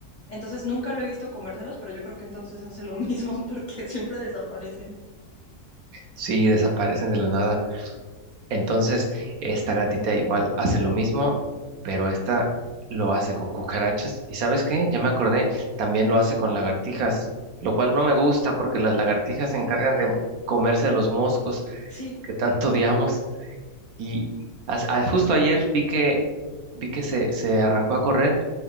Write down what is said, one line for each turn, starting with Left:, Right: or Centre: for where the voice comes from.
Left: Entonces nunca lo he visto comérselos, pero yo creo que entonces hace lo mismo <laughs> porque siempre desaparecen.
Right: Sí, desaparecen de la nada. Entonces, esta gatita igual hace lo mismo, pero esta lo hace con cucarachas. ¿Y sabes qué? Ya me acordé, también lo hace con lagartijas, lo cual no me gusta porque las lagartijas
Left: Uh,
Right: se encargan de comerse los moscos
Left: sí,
Right: que tanto odiamos. Y as- a- justo ayer vi que vi que se, se arrancó a correr